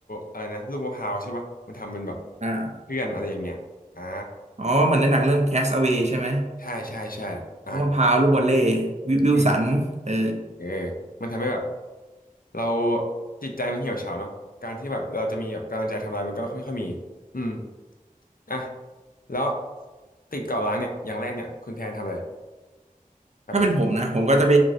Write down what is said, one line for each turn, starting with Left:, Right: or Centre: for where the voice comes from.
Left: อะไรนะลูกมะพร้าวใช่ปะมันทำเป็นแบบ
Right: อ่า
Left: เพื่อนอะไรอย่างเงี้ยอ่า
Right: อ๋อเหมือนในหนังเรื่อง Castaway ใช่ไหม
Left: ใช่ใช่ใช่อ่ะ
Right: ลูกมะพร้าวลูกวอลเลย์วิวิลสันเออ
Left: อืมเออมันทำให้แบบเราจิตใจมันเหี่ยวเฉาเนาะการที่แบบเราจะมีแบบกำลังใจทำอะไรมันก็ไม่ค่อยไม่ค่อยมีอืมอ่ะแล้วติดเกาะล้างเนี่ยอย่างแรกเนี่ยคุณแทนทำอะไรครับ
Right: ถ้าเป็นผมนะผมก็จะไป